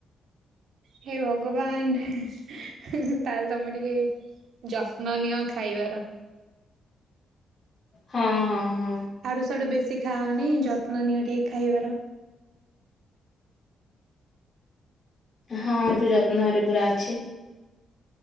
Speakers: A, on the right; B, on the left.
A: ହେ ଭଗବାନ ତାହେଲେ ତମେ ଟିକେ ଯତ୍ନ ନିଅ ଖାଇବାର।
B: ହଁ ହଁ ହଁ।
A: ଆଡୁ ସାଡୁ ବେଶୀ ଖାଅନି ଯତ୍ନ ନିଅ ଟିକେ ଖାଇବାର।
B: ହଁ ଏଠୁ ଯତ୍ନରେ ପୁରା ଅଛି।